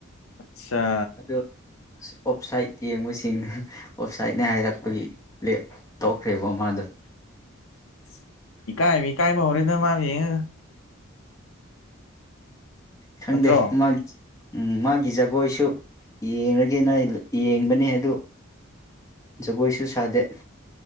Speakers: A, on the left (about 80°); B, on the left (about 15°).
A: ꯑꯆꯥ
B: ꯑꯗꯨ ꯑꯣꯞꯁꯥꯏꯠ ꯌꯦꯡꯕꯁꯤꯡꯅ ꯑꯣꯞꯁꯥꯏꯠꯅꯦ ꯍꯥꯏꯔꯛꯄꯒꯤ ꯄ꯭ꯂꯦꯞ ꯇꯧꯈ꯭ꯔꯦꯕ ꯃꯥꯥꯗꯣ
A: <inaudible> ꯏꯀꯥꯏ ꯕ ꯏꯀꯥꯏꯕ ꯍꯧꯔꯦꯗ ꯃꯥꯒ ꯌꯦꯡꯂꯒ
B: ꯈꯪꯗꯦ
A: ꯅꯠꯇ꯭ꯔꯣ
B: ꯃꯥ ꯃꯥꯒꯤ ꯖꯒꯣꯏꯁꯨ ꯌꯦꯡꯂꯡꯒꯦꯅ ꯌꯦꯡꯕꯅꯦ ꯑꯗꯨ ꯖꯒꯣꯏꯁꯨ ꯁꯥꯗꯦꯠ